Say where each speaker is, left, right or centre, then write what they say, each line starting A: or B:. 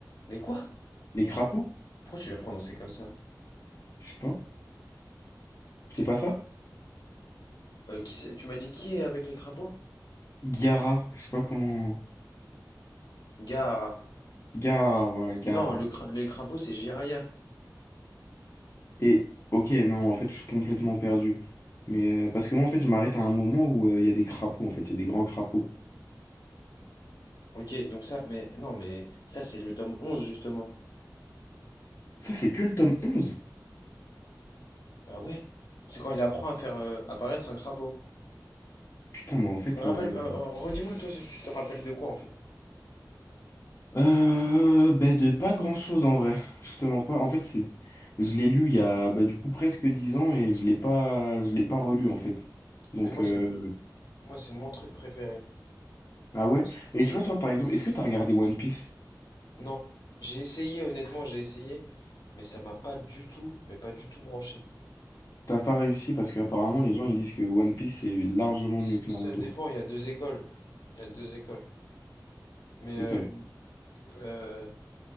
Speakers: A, on the left; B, on the left.
A: Les quoi?
B: Les crapauds?
A: Pourquoi tu l'as prononcé comme ça?
B: Je sais pas.
A: Ok.
B: C'est pas ça?
A: Euh, qui c'est- tu m'as dit qui est avec les crapauds?
B: Gaara, je sais pas comment.
A: Gaara.
B: Gaara, voilà, Gaara.
A: Non, le cra- les crapauds, c'est Jiraya.
B: Et ok, non, en fait, je suis complètement perdu. Mais euh, parce que moi en fait, je m'arrête à un moment où euh, il y a des crapauds en fait, il y a des grands crapauds.
A: Ok, donc ça, mais non, mais ça, c'est le tome 11 justement.
B: Ça, c'est que le tome 11.
A: Bah ouais, c'est quand il apprend à faire euh, apparaître un crapaud.
B: Putain, mais en fait
A: On rappelle,
B: euh,
A: euh, euh, redis-moi, toi, tu te rappelles de quoi, en fait?
B: Euh, ben de pas grand-chose en vrai. Justement pas. En fait, c'est, je l'ai lu il y a bah, du coup presque 10 ans et je l'ai pas, je l'ai pas relu en fait. Donc
A: Mais moi,
B: euh,
A: c'est moi, c'est mon truc préféré.
B: ah ouais.
A: C'est-
B: Et tu vois toi par exemple, est-ce que t'as regardé One Piece?
A: Non, j'ai essayé, honnêtement, j'ai essayé, mais ça m'a pas du tout, mais pas du tout branché.
B: T'as pas réussi parce que apparemment les gens ils disent que One Piece c'est largement
A: C-
B: mieux que
A: Ça
B: Naruto.
A: dépend, il y a deux écoles. Il y a deux écoles. Mais,
B: Ok.
A: euh, euh,